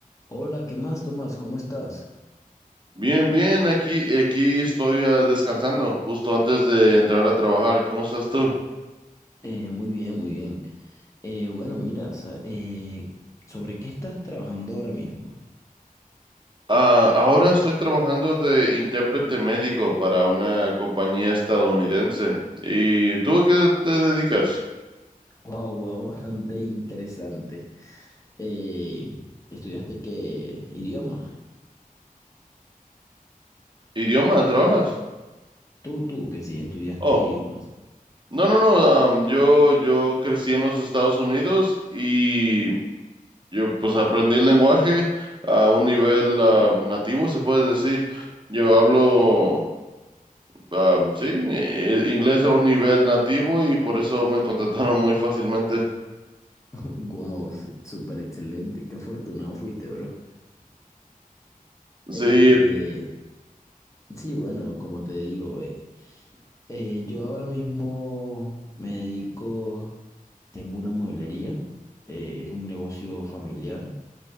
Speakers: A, on the left; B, on the right.
A: Hola, ¿qué más, Tomás? ¿Cómo estás?
B: Bien, bien, aquí, aquí estoy ah, descansando, justo antes de entrar a trabajar. ¿Cómo estás tú?
A: Eh, muy bien, muy bien. Eh, bueno, mira, sa- eh, ¿sobre qué estás trabajando ahora mismo?
B: Ah, ahora estoy trabajando de intérprete médico para una compañía estadounidense. ¿Y tú a qué te dedicas?
A: Wow, wow, bastante interesante. Eh, ¿estudiaste qué idiomas?
B: ¿Idioma? ¿Trabajas?
A: Tú, tú, que sí, estudiaste
B: Oh,
A: idiomas.
B: no, no, no. am, yo, yo crecí en los Estados Unidos y yo pues aprendí el lenguaje a un nivel am, nativo, se puede decir. Yo hablo. Am, sí, eh, inglés a un nivel nativo y por eso me contrataron muy fácilmente.
A: <laughs> Wow, súper excelente. Qué afortunado fuiste, bro.
B: Sí,
A: Este, sí, bueno, como te digo, eh, Eh, yo ahora mismo me dedico, tengo una mueblería, eh, es un negocio familiar.